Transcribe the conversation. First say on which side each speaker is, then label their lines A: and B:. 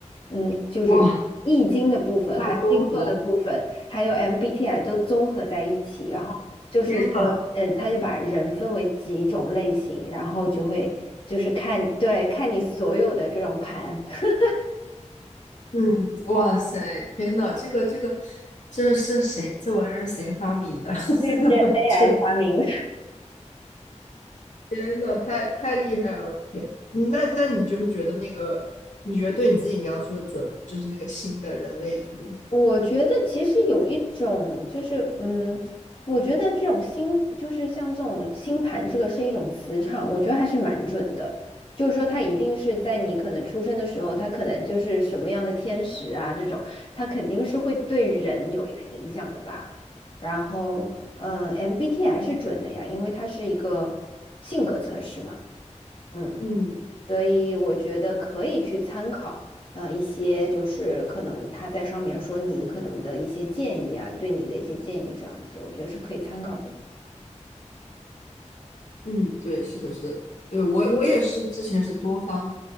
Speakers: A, on the left; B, on the left.
A: 嗯，就是易经的部分，
B: 哇，大综合，
A: 还有星座的部分，还有 MBTI 都综合在一起，然后。就是说，
B: 天呐！
A: 呃，他就把人分为几种类型，然后就会就是看，对，看你所有的这种盘，<laughs>
B: 嗯，哇塞，天呐，这个这个，这是谁？这玩意儿谁发明的？<laughs>
A: 这是 AI
B: 就是
A: 发明的。
B: 天呐，太太厉害了，我的天！嗯那那你就是觉得那个，你觉得对你自己描述的准吗？就是那个新的人类图。
A: 我觉得其实有一种就是，嗯，我觉得这种星就是像这种星盘，这个是一种磁场，我觉得还是蛮准的。就是说，它一定是在你可能出生的时候，它可能就是什么样的天使啊，这种，它肯定是会对人有一个影响的吧。然后，嗯，MBTI 是准的呀，因为它是一个性格测试嘛，嗯。
B: 嗯。
A: 所以我觉得可以去参考，呃，一些就是可能他在上面说你可能的一些建议啊，对你的一些建议这样子，我觉得是可以参考的。
B: 嗯，对，是的，是的，对，我我也是之前是多方